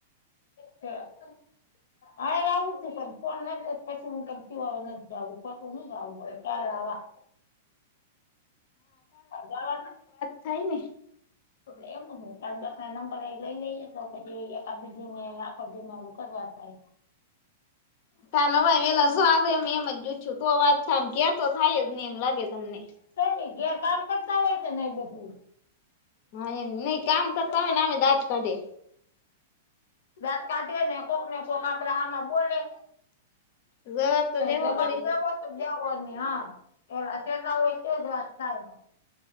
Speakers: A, on the left (about 75°); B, on the left (about 45°).
A: <inaudible> <unintelligible> હરે આવું તું પણ ફોન નથી પછી હ કમ નથી જું ખોટું ન જું પડે ક્યા આવવા. અ અદવાદ.
B: થઈને.
A: એલે એમ જ નંબર લઈ લઈએ તો પછી ને આળ જેને કરવાતાાય.
B: ચાલો ભાઈ વેલા જો આ થ એમ એમ જ ગુ છું તો વાત થાય એમ કેર તો થાય જ ને એમ લાગે તમને.
A: ન જ્યાં કામ કરતા હોય છે નને બધું.
B: હા એ નહી કામ કરતા
A: એટલે
B: હોય ને અમે દાત કાઢે.
A: દાંત કાઢે ને કોક ને કોક આપડે આમાં બોલે.
B: જવાબ તો દેવો
A: જવાબ
B: પડે
A: દવો તો જવો નહી હા એ શેર ના હોય તોજ વાત થાય હા.